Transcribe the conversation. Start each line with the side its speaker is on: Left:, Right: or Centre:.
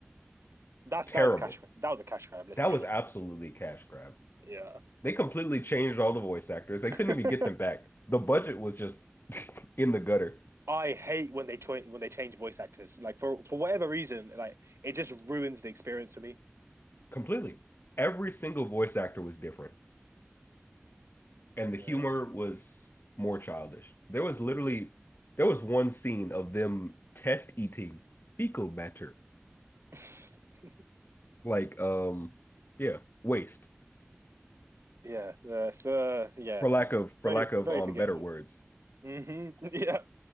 Right: that's
Left: terrible.
Right: that was a cash. That was a cash grab. Let's
Left: That
Right: be
Left: was
Right: honest.
Left: absolutely a cash grab.
Right: Yeah.
Left: They completely changed all the voice actors. They couldn't
Right: <laughs>
Left: even get them back. The budget was just <laughs> in the gutter
Right: I hate when they cho- when they change voice actors. Like for for whatever reason, like it just ruins the experience for me.
Left: completely. Every single voice actor was different, and the humor
Right: Yeah.
Left: was more childish. There was literally there was one scene of them test eating fecal matter,
Right: <laughs>
Left: like um, yeah, waste
Right: Yeah. Uh, so yeah,
Left: for lack of for
Right: very
Left: lack
Right: very
Left: of um
Right: forgettable.
Left: better words,
Right: hmm <laughs> Yeah,